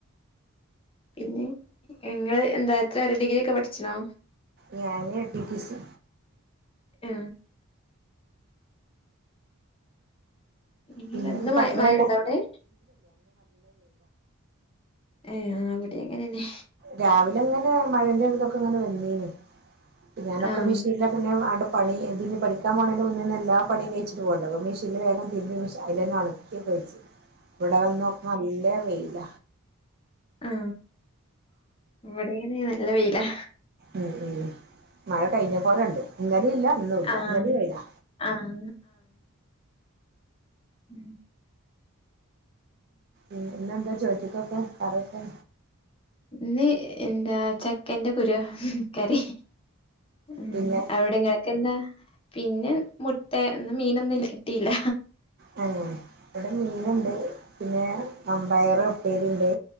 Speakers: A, on the left; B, on the right.
A: പിന്നെ ങ്ങള് എന്താത്രവരെ ഡിഗ്രി യോക്കെ പഠിച്ച്ണോ
B: ഞാന് ടി ടി സി
A: ആ ഇല്ല
B: പിന്നെന്ത്
A: ഇന്ന്
B: പണികളെല്ലാം
A: മഴ മഴണ്ടോ അവിടെ ഏ അവിടെ അങ്ങനെന്നെ
B: രാവിലെ അങ്ങനെ മഴന്റെ ഒരുതൊക്കെ ഇങ്ങനെ വെന്നീന് പിന്ന ഞാനൊക്കെ
A: ആഹ്
B: മെഷീനില പിന്നെ അടു പണി എന്തിനി പഠിക്കാൻ പോണതിൻ മുന്നെന്നെ എല്ലാ പണിയും കഴിച്ചിട്ട് പോണ്ടെ അപ്പ മെഷീൻ വേഗം തിരുമ്പി മെഷീൻ അതിലെന്നെണുക്കി ഇവിടെ വന്ന് നോക്കണ് നല്ല വെയില
A: ആ ഇവിടെയ്ന് നല്ല വെയിലാ
B: ഉം ഉം മഴ കഴിഞ്ഞ പോലെ ഉണ്ട് ഇന്നലെ ഇല്ല ഇന്നുമില്ല
A: ആഹ്
B: ഇന്നലെ വെയിലാ
A: ആഹ് മ്
B: ഉം ഇന്നെന്താ ചോറ്റിക്കൊക്കെ കറിയൊക്കെ
A: ഇന്ന് എന്താ ചക്കന്റെ കുരാ കറി മ്
B: പിന്നെ
A: അവിടെ ഇങ്ങക്കെന്താ പിന്നെ മുട്ട ഇന്ന് മീനൊന്നും കിട്ടിയില്ല
B: ആ ഇവിടെ മീനുണ്ട്
A: ഉം
B: പിന്നെ വൻമ്പയർ ഉപ്പേരിണ്ട്